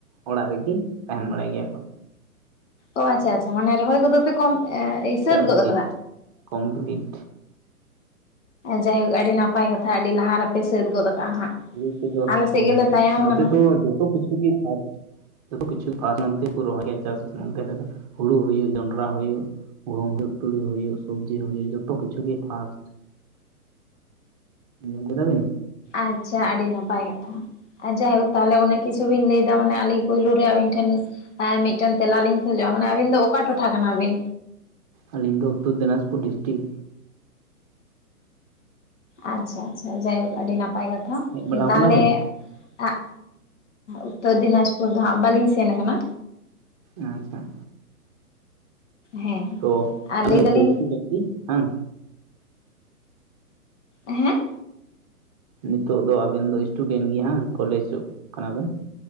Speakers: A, on the right; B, on the left.
A: ᱚᱲᱟᱜ ᱨᱮᱜᱮ ᱛᱟᱦᱸᱮᱱ ᱵᱟᱲᱟᱭ ᱜᱮᱭᱟ ᱠᱚ
B: ᱚ ᱟᱪᱪᱷᱟ ᱟᱪᱪᱷᱟ ᱢᱟᱱᱮ ᱨᱚᱦᱚᱭ ᱠᱚᱫᱚ ᱯᱮ ᱠᱚᱢ ᱮ ᱥᱟᱹᱛ
A: ᱠᱚᱢᱯᱞᱤᱴ
B: ᱜᱚᱫ ᱠᱟᱫᱟ
A: ᱠᱚᱢᱯᱞᱤᱴ
B: ᱡᱟᱭ ᱦᱳᱠ ᱟᱹᱰᱤ ᱱᱟᱯᱟᱭ ᱠᱟᱛᱷᱟ ᱟᱹᱰᱤ ᱞᱟᱦᱟ ᱨᱮᱯᱮ ᱥᱟᱹᱛ ᱜᱚᱫ ᱟᱠᱟᱜᱼᱟ ᱦᱟᱸᱜ
A: <unintelligible>
B: ᱟᱞᱮ ᱥᱮᱫ ᱜᱮᱞᱮ ᱛᱟᱭᱚᱢ
A: ᱱᱚᱛᱮ
B: ᱟᱠᱟᱱᱟ
A: ᱫᱚ ᱡᱚᱛᱚ ᱠᱤᱪᱷᱩ ᱜᱮ ᱪᱟᱥ ᱡᱚᱛᱚ ᱠᱤᱪᱷᱩ ᱯᱷᱟᱥ ᱱᱚᱛᱮ ᱠᱚ ᱨᱚᱦᱚᱭᱟ ᱪᱟᱥ ᱱᱚᱛᱮ ᱨᱮᱫᱚ ᱦᱳᱲᱳ ᱦᱩᱭᱩᱜ ᱡᱚᱱᱰᱨᱟ ᱦᱩᱭᱩᱜ ᱜᱩᱦᱩᱢ ᱦᱩᱭᱩᱜ ᱛᱩᱲᱤ ᱦᱩᱭᱩᱜ ᱥᱚᱵᱽᱡᱤ ᱦᱩᱭᱩᱜ ᱡᱚᱛᱚ ᱠᱤᱪᱷᱩ ᱜᱮ ᱯᱷᱟᱥᱴ ᱡᱚᱢ ᱠᱮᱫᱟ ᱵᱤᱱ
B: ᱟᱪᱪᱷᱟ ᱟᱹᱰᱤ ᱱᱟᱯᱟᱭ ᱠᱟᱛᱷᱟ ᱡᱟᱭ ᱦᱳᱠ ᱛᱟᱦᱚᱞᱮ ᱩᱱᱟᱹᱜ ᱠᱤᱪᱷᱩ ᱵᱤᱱ ᱞᱟᱹᱭ ᱮᱫᱟ ᱢᱟᱱᱮ ᱟᱹᱞᱤᱧ ᱯᱳᱭᱞᱳ ᱨᱮ ᱟᱹᱵᱤᱱ ᱴᱷᱮᱱ ᱦᱮᱸ ᱢᱤᱫ ᱴᱮᱱ ᱛᱮᱞᱟ ᱞᱤᱧ ᱠᱷᱚᱡᱚᱜᱼᱟ ᱢᱟᱱᱮ ᱟᱹᱵᱤᱱ ᱫᱚ ᱚᱠᱟ ᱴᱚᱴᱷᱟ ᱠᱟᱱᱟ ᱵᱤᱱ
A: ᱟᱹᱞᱤᱧ ᱫᱚ ᱩᱛᱛᱚᱨ ᱫᱤᱱᱟᱡᱽ ᱯᱩᱨ ᱰᱤᱥᱴᱤᱠ
B: ᱟᱪᱪᱷᱟ ᱟᱪᱪᱷᱟ ᱡᱟᱭ ᱦᱳᱠ ᱟᱹᱰᱤ ᱱᱟᱯᱟᱭ ᱠᱟᱛᱷᱟ
A: ᱦᱮᱡ ᱵᱟᱲᱟᱣ
B: ᱛᱟᱦᱚᱞᱮ
A: ᱠᱟᱱᱟ ᱵᱤᱱ
B: ᱟᱜ ᱩᱛᱛᱚᱨ ᱫᱤᱱᱟᱡᱽ ᱯᱩᱨ ᱫᱚ ᱦᱟᱸᱜ ᱵᱟᱹᱞᱤᱧ ᱥᱮᱱ ᱠᱟᱱᱟ
A: ᱟᱪᱪᱷᱟ
B: ᱦᱮᱸ
A: ᱛᱚ
B: ᱟᱨ
A: ᱟᱫᱚ
B: ᱞᱟᱹᱭ ᱫᱟᱞᱤᱧ
A: ᱥᱴᱩᱰᱮᱱᱴ ᱦᱮᱸ
B: ᱮᱸᱦᱮᱸ
A: ᱱᱤᱛᱚᱜ ᱫᱚ ᱟᱵᱤᱱ ᱫᱚ ᱥᱴᱩᱰᱮᱱᱴ ᱜᱮ ᱦᱟᱸ ᱠᱚᱞᱮᱡᱽᱚᱜ ᱠᱟᱱᱟ ᱵᱮᱱ